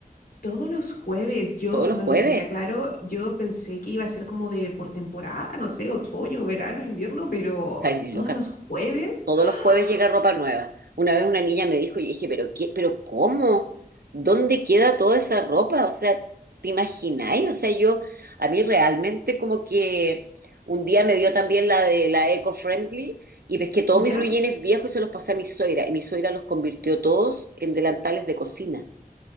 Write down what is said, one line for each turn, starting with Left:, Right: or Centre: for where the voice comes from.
Left: todos los jueves yo
Right: ¿Todos los
Left: no
Right: jueves?
Left: tenía claro, yo pensé que iba a ser como de por temporada, no sé, otoño, verano, invierno, pero
Right: Ay,
Left: todos
Right: loca,
Left: los jueves.
Right: Todos
Left: <gasps>
Right: los jueves llega
Left: ¡Ah!
Right: ropa nueva. Una vez una niña me dijo, y dije, pero qué, pero cómo, ¿dónde queda toda esa ropa? O sea, ¿te imagináis? O sea, yo, a mí realmente como que un día me dio también la de la eco-friendly y pesqué todos
Left: ¿Ya?
Right: mis blue jeans viejos y se los pasé a mi suegra. Y mi suegra los convirtió todos en delantales de cocina.